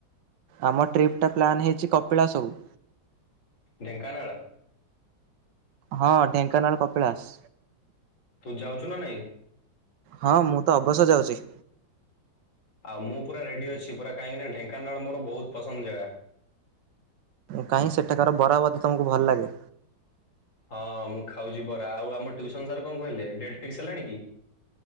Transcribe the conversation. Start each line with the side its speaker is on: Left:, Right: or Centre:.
Right: ଆମ ଟ୍ରିପ୍ ଟା ପ୍ଲାନ୍ ହେଇଚି କପିଳାସକୁ
Left: ଢେଙ୍କାନାଳ।
Right: ହଁ ଢେଙ୍କାନାଳ କପିଳାସ।
Left: ତୁ ଯାଉଛୁ ନା ନାଇଁ?
Right: ହଁ ମୁଁ ତ ଅବଶ୍ୟ ଯାଉଛି।
Left: ଆଉ ମୁଁ ପୁରା ରେଡି ଅଛି, ପୁରା କାହିଁକି ନା ଢେଙ୍କାନାଳ ମୋର ବୋହୁତ ପସନ୍ଦ ଜାଗା।
Right: କାହିଁ ସେଠକାର ବରା ବୋଧେ ତମକୁ ଭଲ ଲାଗେ?
Left: ହଁ ମୁଁ ଖାଉଛି ବରା, ଆଉ ଆମ ଟିଉସନ ସାର୍ କଣ କହିଲେ? ଡେଟ୍ ଫିକ୍ସ ହେଲାଣି କି?